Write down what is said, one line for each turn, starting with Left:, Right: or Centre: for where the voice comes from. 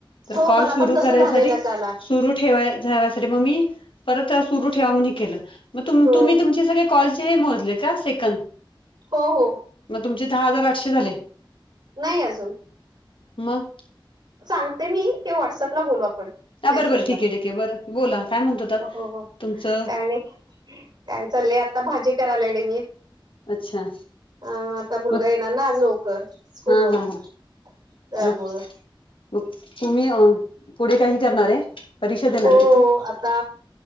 Left: तर
Right: हो
Left: कॉल
Right: मला
Left: सुरू
Right: पण तसं
Left: करायसाठी
Right: झालेलं काला
Left: सुरू ठेवायवसाठी मग मी परत सुरू ठेवा म्हण केलं म
Right: हो
Left: तुम्ही तुम स कॉल मो का सेक
Right: हो हो
Left: मग तुमचे दहा हजार आठशे झाले
Right: नाही अजून
Left: मग
Right: सांगते मी ते व्हॉट्सअपला बोलू आपण
Left: हा
Right: मेसेजला
Left: बरं बरं ठीक आहे ठीक आहे बरं बोला काय म्हणत होतात
Right: हो हो
Left: तुमचं
Right: काय नाही काय चाललंय आता भाजी करायलाली मी
Left: अच्छा
Right: ह आता मुलगा
Left: मग
Right: येणार ना आज लवकर स्कूल
Left: हा
Right: वरून
Left: हा हा
Right: त्यामुळं
Left: मग मग तुम्ही अ पुढे काही करणार आहे परीक्षा देणार
Right: हो
Left: आहे तिथून
Right: आता